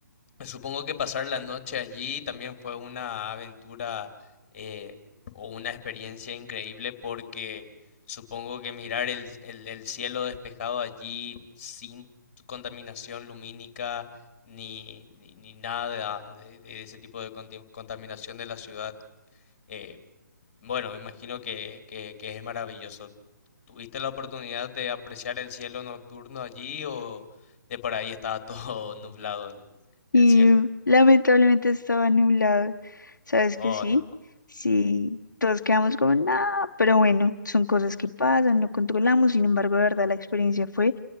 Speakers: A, on the left; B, on the left.
A: Supongo que pasar la noche allí también fue una aventura eh, o una experiencia increíble porque supongo que mirar el, el- el cielo despejado allí sin contaminación lumínica ni, ni, ni nada de, de ese tipo de conti- contaminación de la ciudad, eh, bueno, me imagino que, que, que es maravilloso. ¿Tuviste la oportunidad de apreciar el cielo nocturno allí o de por ahí estaba todo <laughs> nublado el
B: Y
A: el cielo?
B: lamentablemente estaba nublado, ¿sabes
A: Oh,
B: que sí?
A: no,
B: Sí. Todos quedamos como, nada, pero bueno, son cosas que pasan, no controlamos, sin embargo, de verdad, la experiencia fue